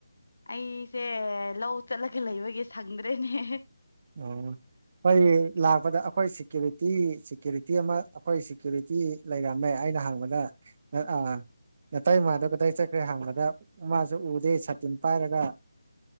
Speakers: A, on the left; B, on the right.
A: ꯑꯩꯁꯦ ꯂꯧ ꯆꯠꯂꯒ ꯂꯩꯕꯒꯤ ꯁꯪꯗ꯭ꯔꯦꯅꯦꯍꯦ
B: ꯑꯣ ꯑꯩꯥꯏ ꯂꯥꯛꯄꯗ ꯑꯩꯈꯣꯏ ꯁꯦꯀ꯭ꯌꯨꯔꯤꯇꯤ ꯁꯦꯀ꯭ꯌꯨꯔꯤꯇꯤ ꯑꯃ ꯑꯩꯈꯣꯏ ꯁꯦꯀ꯭ꯌꯨꯔꯤꯇꯤ ꯂꯩꯔꯝꯃꯦ ꯑꯩꯅ ꯍꯪꯕꯗ ꯑꯥꯛ ꯑꯥ ꯅꯇꯩ ꯃꯥꯥꯗꯣ ꯀꯗꯥꯏ ꯆꯠꯈ꯭ꯔꯦ ꯍꯥꯡꯕꯗ ꯃꯥꯁꯨ ꯎꯗꯦ ꯁꯥꯇꯤꯟ ꯄꯥꯏꯔꯒ